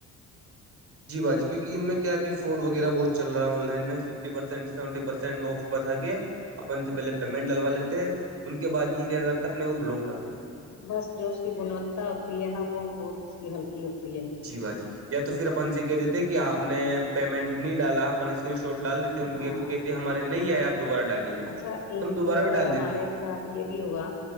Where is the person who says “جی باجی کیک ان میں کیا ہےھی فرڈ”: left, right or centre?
Right